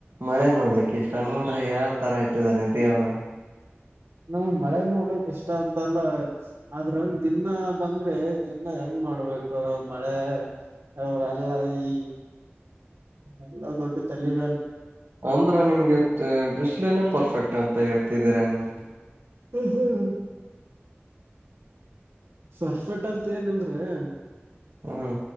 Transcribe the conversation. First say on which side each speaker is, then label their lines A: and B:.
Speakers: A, on the right; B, on the right.
A: ಮಳೆ ನೋಡ್ಲಿಕ್ಕೆ ಇಷ್ಟ ನೋಡ್ರಿ ಯಾವ್ ತರ ಇ. ಹಟ್ಟೆದ ನಿ ತಹ.
B: ನಾವ್ ಮಳೆನೋಲಕ್ ಇಷ್ಟ ಅಂತಲ್ಲ ಆದ್ರ. ದಿನ ಬಂದ್ರೆ ದಿನ ಹೆಂಗ್ ಮಾಡ್ಬೇಕು ಮಳೆ ಅವಾಗ ಎಲ್ಲ ಈ. ಎಲ್ಲ ದೊಡ್ಡ ತಲ್ಲಿ ಬ.
A: ಅಂದ್ರ ನಿಮ್ಗೆ ಬಿಸ್ಲನೆೇ ಪರ್ಫೆಕ್ಟ್ ಅಂತ ಹೇಳ್ತಿದ್ದೀರಾ ನೀವು.
B: ಹ್ಮ್ ಹ್ಮ್. ಪರ್ಫೆಟ್ ಅಂತ ಏನಲ್ರರಿ.
A: ಹ್ಮ.